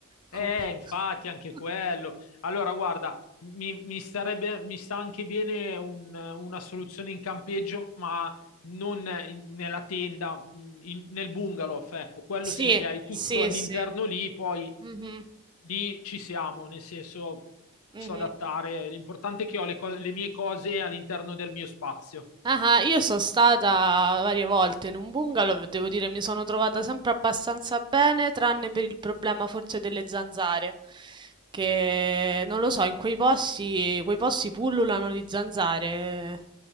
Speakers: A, on the left; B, on the right.
A: Eh,
B: Compl-
A: infatti,
B: <laughs>
A: anche quello. Allora, guarda, mi, mi starebbe, mi sta anche bene un- una soluzione in campeggio, ma non in- nella tenda, mh, in- nel bungalow, ecco, quello
B: Sì,
A: sì che hai tutto
B: sì,
A: all'interno
B: sì.
A: lì, poi
B: Mhm,
A: lì ci siamo, nel senso
B: mhm.
A: posso adattare. L'importante è che ho le co- le mie cose all'interno del mio spazio.
B: Ah, ah, io sono stata varie volte in un bungalow, devo dire mi sono trovata sempre abbastanza bene, tranne per il problema forse delle zanzare, che non lo so, in quei posti, quei posti pullulano le zanzare